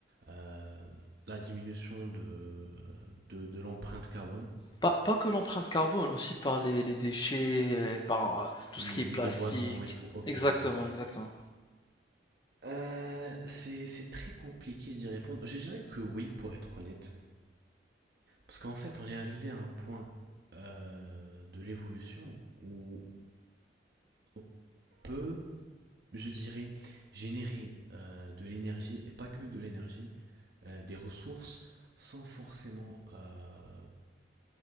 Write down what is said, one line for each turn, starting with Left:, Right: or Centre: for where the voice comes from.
Right: euh, la diminution de, euh, de, de l'empreinte carbone?
Left: Pas, pas que l'empreinte carbone, aussi par les, les déchets, euh, par euh, tout
Right: Hmm,
Left: ce qui est plastique.
Right: le déboisement et tout. Ok,
Left: Exactement,
Right: je vois.
Left: exactement.
Right: Euh, c'est c'est très compliqué d'y répondre. Je dirais que oui, pour être honnête. Parce qu'en fait, on est arrivé à un point euh, de l'évolution où on peut je dirais, générer euh, de l'énergie, et pas que de l'énergie, euh, des ressources sans forcément, euh,